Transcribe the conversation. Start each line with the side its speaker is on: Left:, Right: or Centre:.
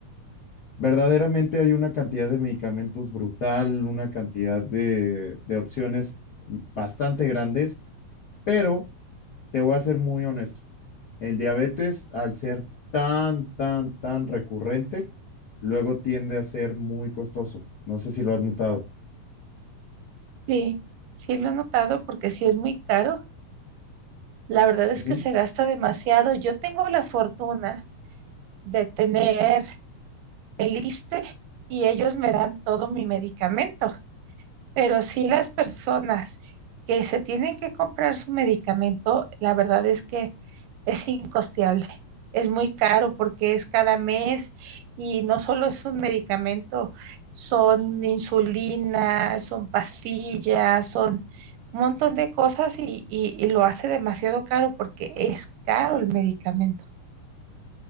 Left: Verdaderamente hay una cantidad de medicamentos brutal, una cantidad de, de opciones bastante grandes, pero te voy a ser muy honesto. El diabetes, al ser tan, tan, tan recurrente, luego tiende a ser muy costoso. No sé si lo has notado.
Right: Sí, sí lo he notado porque sí es muy caro. La verdad es
Left: Sí,
Right: que se gasta demasiado. Yo tengo la fortuna de tener el ISSSTE y ellos me dan todo mi medicamento. Pero sí las personas que se tienen que comprar su medicamento, la verdad es que es incosteable. Es muy caro porque es cada mes y no solo es un medicamento, son insulinas, son pastillas, son un montón de cosas y, y, y lo hace demasiado caro porque es caro el medicamento.